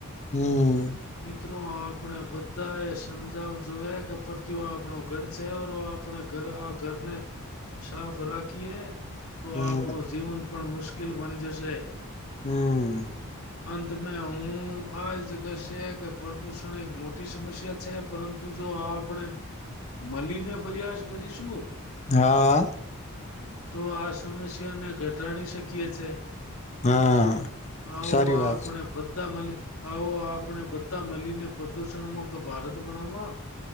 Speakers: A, on the left; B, on the left.
A: હમ્મ
B: મિત્રો આપણે બધા એ સમજાવ જોયા કે પ્રતિઓ આપણો ઘર છે ઓર વો આપણે ઘર આ ઘરને સાફ રાખીએ તો
A: હમ
B: આપણું જીવન પણ મુશ્કેલ મુશ્કેલ બની જશે
A: હમ્મ
B: અંત મે હું આ જ કશે કે પ્રદુષણ એક મોટી સમસ્યા છે પરંતુ જો આપ આપણે મલી ને પ્રયાસ કરીશું
A: હા
B: તો આ સમસ્યાને ઘટાડી શકીએ છે
A: હા
B: આવો
A: સારી વાત
B: આપણે
A: છે
B: બધા બધા મલી આવો આપણે બધા મળીને પ્રદુષણ મુક્ત ભારત બનાવા